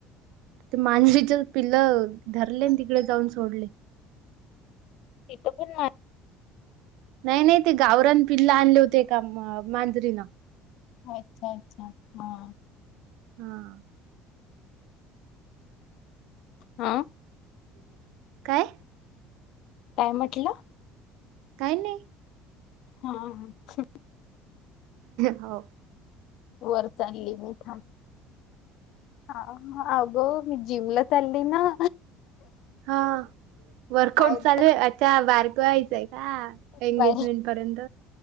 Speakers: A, on the right (about 70°); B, on the left (about 55°).
A: ते मांजरीचे पिल्लं धरले तिकडे आन जाऊन सोडले.
B: तिथं पण मा
A: नाही नाही ते गावरान पिल्ला आणले होते एका मा मांजरीना.
B: अच्छा अच्छा हां.
A: हा.
B: हां.
A: <unintelligible> काय
B: काय म्हटलं?
A: काही नाय.
B: हा हा. <unintelligible>
A: हाव.
B: वर चालली मी थांब. आं अगं मी जिम ला चालली ना.
A: हा वर्कआउट
B: पाय
A: चालू
B: दुखत
A: आहे अच्छा बारकं व्हायचंय का? एंगेजमेंट
B: <unintelligible> नाही
A: पर्यंत